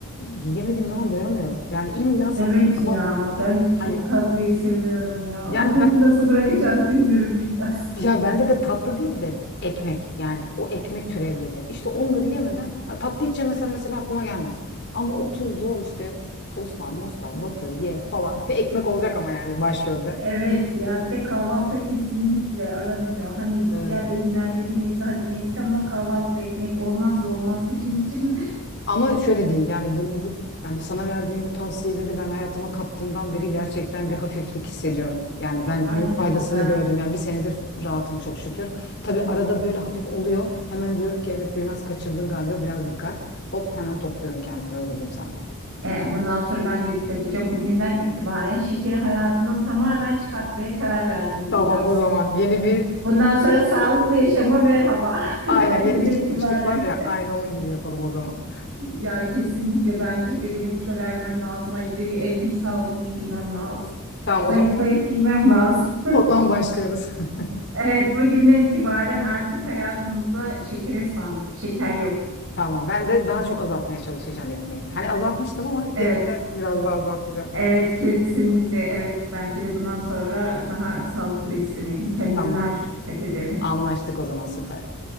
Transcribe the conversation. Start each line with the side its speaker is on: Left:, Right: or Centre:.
Left: e, yemediğim zaman doyamıyorum. Yani illa sabah
Right: Evet
Left: kahvaltıda
Right: ya ben de çok
Left: hani
Right: tatlıyı seviyorum ya.
Left: yani
Right: <laughs>
Left: ben
Right: Nasıl bırakacağız bilmiyorum biraz.
Left: Ya bende de tatlı değil de ekmek yani o ekmek türevleri. İşte onları yemeden ha, tatlı hiç yemesen mesela aklıma gelmez. Ama o tuzlu o işte soslar, moslar, batır, ye falan. <laughs> Ekmek olacak ama yani başrolde.
Right: Evet ya bir de kahvaltıda kesinlikle aranıyor. Hani
Left: Ee,
Right: diğer öğünlerde bir nebze hadi neyse ama kahvaltıda ekmek olmazsa olmaz benim için.
Left: ama şöyle diyeyim yani bu, bu yani sana verdiğim bu tavsiyeleri ben hayatıma kattığımdan beri gerçekten bir hafiflik hissediyorum. Yani
Right: <laughs>
Left: ben
Right: Ay
Left: büyük
Right: ne
Left: faydasını
Right: güzel.
Left: gördüm. Yani bir senedir rahatım çok şükür. Tabii arada böyle hafif oluyor. Hemen diyorum ki evet biraz kaçırdın galiba biraz dikkat. Hop hemen topluyorum kendimi öyle diyeyim sana.
Right: E, bundan sonra ben de dikkat edeceğim. Bugünden itibaren şekeri hayatımdan tamamen çıkartmaya karar verdim Birnaz.
Left: Tamam o zaman yeni bir
Right: Bundan sonra sağlıklı yaşama merhaba. <laughs>
Left: aynen
Right: Bugünden
Left: yeni bir çıkmışlık
Right: itibaren.
Left: var ya aynı onun gibi yapalım o zaman.
Right: Ya kesinlikle bence de benim kilo vermem lazım. Ay bir de bir elbise alımını giymem lazım.
Left: Tamam
Right: Zayıflayıp
Left: o zaman
Right: giymem lazım.
Left: o zaman başlıyoruz. <laughs>
Right: Evet, bugünden itibaren artık hayatımızda şekere son, şeker yok.
Left: Tamam ben de daha çok azaltmaya çalışacağım ekmeği. Hani azaltmıştım ama gene
Right: Evet,
Left: de biraz daha azaltacağım.
Right: evet kesinlikle evet bence de bundan sonra daha sağlıklı beslenelim, kendimize
Left: Tamam
Right: daha çok dikkat edelim.
Left: anlaştık o zaman süper.